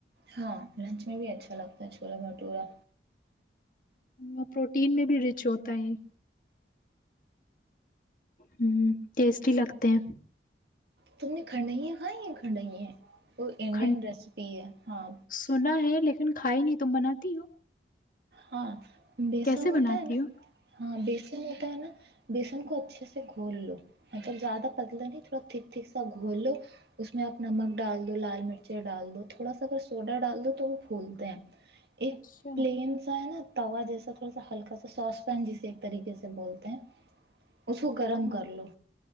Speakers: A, on the right; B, on the left.
A: ہاں لنچ میں بھی اچھا لگتا رچ گلا بھٹورا
B: وہ پروٹین میں بھی رچ ہوتا ہے ہ ٹیسٹی لگتے ہیں
A: تم نے کھنڈیاں کھائی ہیں کھنڈیا وہ انڈین
B: کھن
A: ریسپی ہے ہاں
B: سنا ہے لیکن کھائی نہیں تم بناتی ہو
A: ہاں بیسن
B: کیسے
A: ہوتا
B: بناتی
A: ہے نا
B: ہو
A: ہاں بیسن ہوتا ہے نا بیسن کو اچھے سے گھول لو مطلب زیادہ پتلا نہیں تھوڑا تھک تھھک سا گھول لو اس میں آپ نمک ڈال دو لال مرچ ڈال دو تھوڑا سا اگر سوڈا ڈال دو تو وہ پھولتے ہیں ایک
B: اچھا
A: پلین توا جیسا تھوڑا سا ہلکا سا ساس پین جسے ایک طریقے سے بولتے ہیں اس کو گرم
B: ہمم
A: کر لو